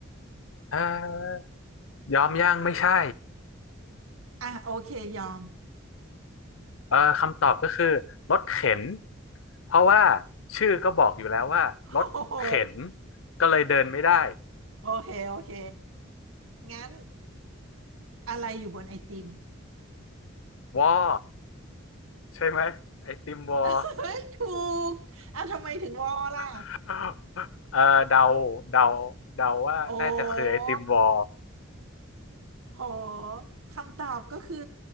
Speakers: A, on the left (about 70°); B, on the right (about 85°).
A: เอ่อยอมย่างไม่ใช่
B: อ่ะโอเคยอม
A: เอ่อคำตอบก็คือรถเข็นเพราะว่าชื่อก็บอกอยู่แล้วว่ารถเข็น
B: <laughs> โอ้โห
A: ก็เลยเดินไม่ได้
B: โอเคโอเคงั้น อะไรอยู่บนไอติม
A: วอใช่ไหมไอติมวอ
B: <laughs> เฮ้ยถูกอ่ะทำไมถึงวอล่ะ
A: <laughs> เออเดาเดาเดาว่าน่าจะคือไอติมวอ
B: โอ้โหคำตอบก็คือ